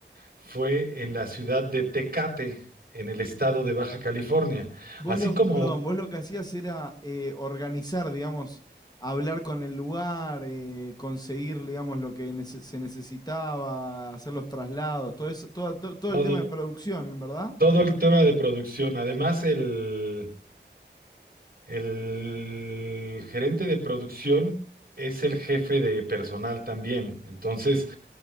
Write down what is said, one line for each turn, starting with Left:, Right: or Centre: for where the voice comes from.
Right: fue en la ciudad de Tecate, en el estado de Baja California,
Left: Vos
Right: así
Left: lo,
Right: como
Left: perdón, vos lo que hacías era eh, organizar, digamos, hablar con el lugar, eh, conseguir, digamos, lo que nece- se necesitaba, hacer los traslados, todo eso, todo, to- todo
Right: todo,
Left: el tema de producción, ¿verdad?
Right: todo el tema de producción. Además, el, el gerente de producción es el jefe de personal también. Entonces,